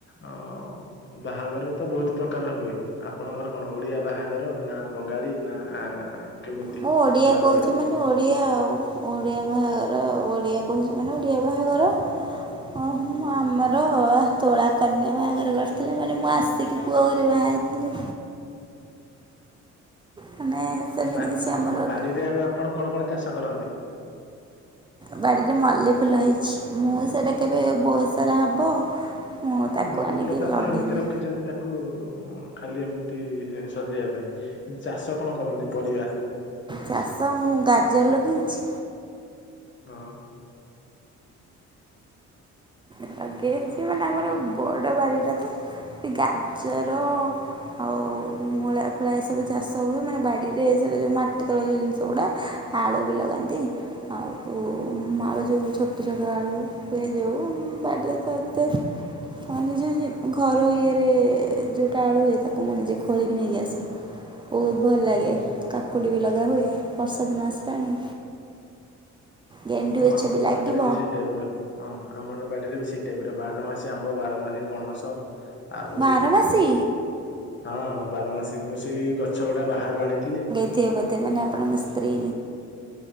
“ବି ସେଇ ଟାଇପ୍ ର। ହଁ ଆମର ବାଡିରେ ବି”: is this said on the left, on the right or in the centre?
Left